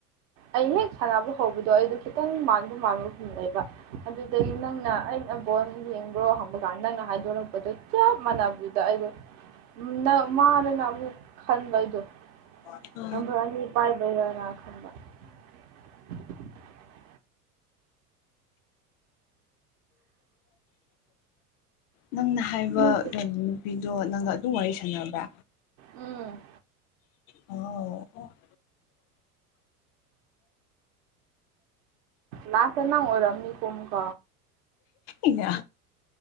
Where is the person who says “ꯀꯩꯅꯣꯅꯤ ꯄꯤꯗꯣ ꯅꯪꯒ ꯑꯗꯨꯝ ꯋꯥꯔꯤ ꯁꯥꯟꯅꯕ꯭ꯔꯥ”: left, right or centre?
Left